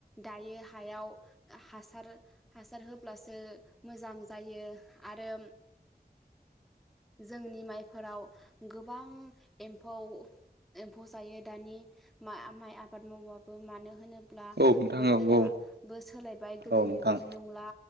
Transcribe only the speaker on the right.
औ नोंथां
औ
औ नोंथां